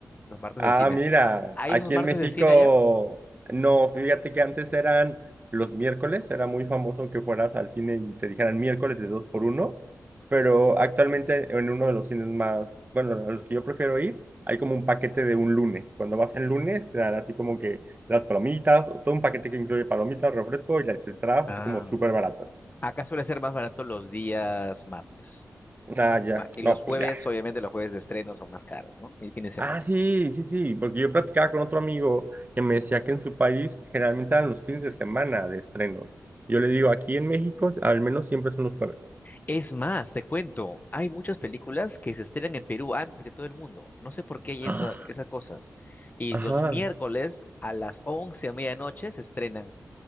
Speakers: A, on the left; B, on the right.
A: los martes
B: Ah,
A: de cine.
B: mira,
A: ¿Hay
B: aquí
A: esos martes
B: en México,
A: de cine allá?
B: no, fíjate que antes eran los miércoles, era muy famoso que fueras al cine y te dijeran miércoles de dos por uno, pero actualmente en uno de los cines más, bueno, a los que yo prefiero ir, hay como un paquete de un lunes. Cuando vas en lunes, te dan así como que las palomitas, todo un paquete que incluye palomitas, refresco y las entradas,
A: Ah,
B: así como súper baratas.
A: Acá suele ser más barato los días martes.
B: Ah, ya,
A: Va, Y
B: no,
A: los jueves,
B: pues ya.
A: obviamente, los jueves de estreno son más caros, ¿no? El fin de semana.
B: Ah, sí, sí, sí, porque yo platicaba con otro amigo que me decía que en su país generalmente eran los fines de semana de estrenos. Yo le digo, aquí en México al menos siempre son los jueves.
A: Es más, te cuento, hay muchas películas que se estrenan en Perú antes que todo el mundo. No sé por qué hay
B: Ah,
A: esa- esas cosas. Y
B: Ajá,
A: los miércoles a las 11 a medianoche se estrenan